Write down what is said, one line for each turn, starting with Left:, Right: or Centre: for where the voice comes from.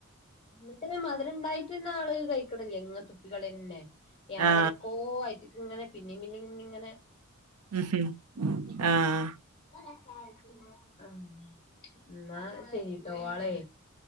Left: ഇന്ന്ട്ടെന്നെ മധ്രണ്ടായിട്ടെന്നെ ആള് കഴിക്ക്ണില്ല ഇങ്ങൻ തുപ്പികളയെന്നെ ഞാനങ്ങനെക്കോ
Right: ആ.
Left: വയറ്റ്ക്ക്ങ്ങനെ പിന്നിം പിന്നിം പിന്നീങ്ങനെ
Right: മ്ഹ് ആഹ്
Left: ആഹ് ഇന്നാ ശെരിട്ടോ ആളേ